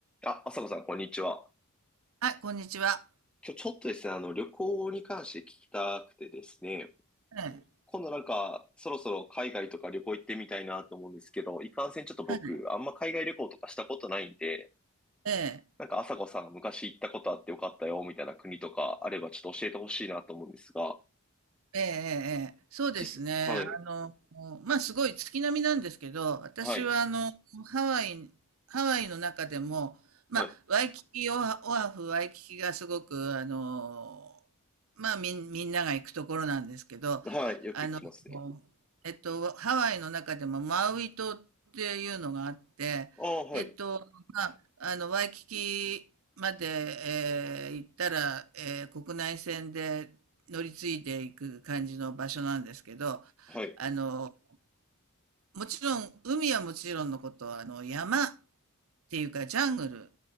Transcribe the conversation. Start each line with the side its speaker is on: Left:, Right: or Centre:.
Centre: あ、朝子さん、こんにちは。
Right: はい、こんにちは。
Centre: 今日ちょっとですね、あの、旅行に関して聞きたくてですね、
Right: ええ、
Centre: 今度なんか、そろそろ海外とか旅行行ってみたいなと思うんですけど、いかんせんちょっと僕、
Right: はい
Centre: あんま海外旅行とかしたことないんで、
Right: ええ。
Centre: なんか朝子さん、昔行ったことあってよかったよ、みたいな国とかあればちょっと教えてほしいなと思うんですが、
Right: ええええええ。そうですね。
Centre: 実、はい、
Right: あの、ま、あすごい月並みなんですけど、私はあの、
Centre: はい、
Right: ハワイハワイの中でも、ま、
Centre: はい、
Right: あワイキキ、オアオアフ、ワイキキがすごくあの、まあ、みんみんなが行くところなんですけど、
Centre: はい、よく聞きますね。
Right: あの、えっと、ハワイの中でもマウイ島っていうのがあって、
Centre: ああ、はい、
Right: えっと、まあ、あの、ワイキキまで、えー行ったら、えー国内線で乗り継いでいく感じの場所なんですけど、
Centre: はい。
Right: あの、もちろん、海はもちろんのこと、あの、山っていうかジャングル